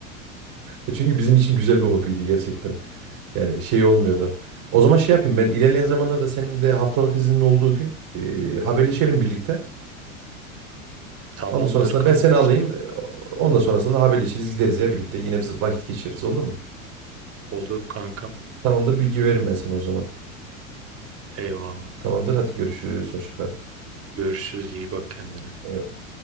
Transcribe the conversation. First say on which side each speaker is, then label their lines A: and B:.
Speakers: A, on the right; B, on the right.
A: E Çünkü bizim için güzel bir hobiydi gerçekten. Yani şey olmuyordu. O zaman şey yapayım ben ilerleyen zamanlarda senin de haftalık iznin olduğu gün e, haberleşelim birlikte.
B: Tamamdır
A: Onun sonrasında
B: kankası.
A: ben seni alayım. e, Ondan sonrasında da haberleşiriz gideriz ya birlikte. Yine biz vakit geçiririz olur mu?
B: Olur kankam.
A: Tamamdır bilgi veririm ben sana o zaman.
B: Eyvallah.
A: Tamamdır hadi görüşürüz. Hoşça kal.
B: Görüşürüz iyi bak kendine.
A: Eyvallah.